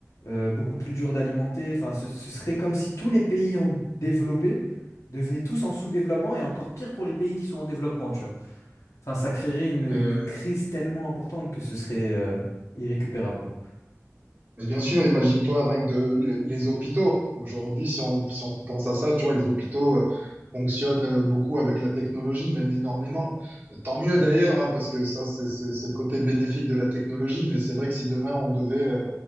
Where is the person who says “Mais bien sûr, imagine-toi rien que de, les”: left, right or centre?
Right